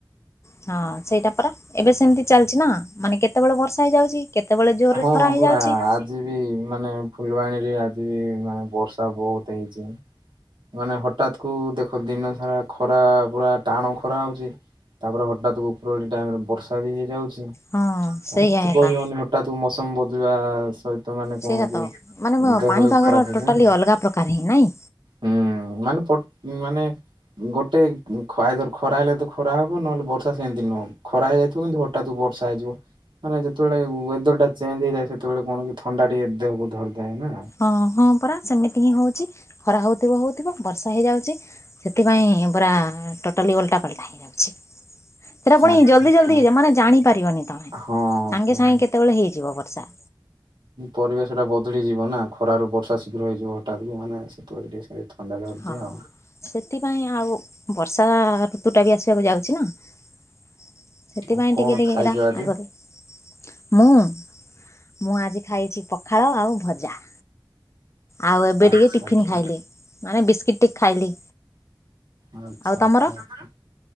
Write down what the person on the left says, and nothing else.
ହଁ ସେଇଟା ପରା। ଏବେ ସେମିତି ଚାଲିଛି ନା। ମାନେ କେତେବେଳେ ବର୍ଷା ହେଇଯାଉଛି, କେତେବେଳେ ଜୋରରେ
ଖରା ହେଇଯାଉଛି।
ହଁ ସେଇଆ
ଏକା
ସେଇଆ
ତ
ମାନେ
ପାଣିପାଗର
<unintelligible> ପ୍ରକାର ହିଁ ନାହିଁ।
ହଁ ହଁ ପରା ସେମିତି ହିଁ ହଉଛି। ଖରା ହଉଥିବ ହଉଥିବ ବର୍ଷା ହେଇଯାଉଛି। ସେଥିପାଇଁ ପରା ଟୋଟାଲି ଓଲଟାପାଲଟା ହେଇଯାଉଛି। ସେଇଟା ପୁଣି
ଜଲ୍ଦି ଜଲ୍ଦି ହେଇଯାଏ। ମାନେ ଜାଣିପାରିବନି ତମେ ସାଙ୍ଗେ
ସାଙ୍ଗେ କେତେବେଳେ ହେଇଯିବ ବର୍ଷା।
ହଁ
ସେଥିପାଇଁ ଆଉ ବର୍ଷା ଋ ତୁଟା ବି ଆସିବାକୁ ଯାଉଛି ନା। ସେଥିପାଇଁ
ଟିକେ ଟିକେ
ଏଇଟା
ଆଗରୁ ମୁଁ ମୁଁ ଆଜି ଖାଇଛି ପଖାଳ ଆଉ ଭଜା। ଆଉ ଏବେ
ଟିକେ ଟିଫିନ୍
ଖାଇଲି, ମାନେ ବିସ୍କିଟ୍ ଟିକେ ଖାଇଲି।
ଆଉ
ତମର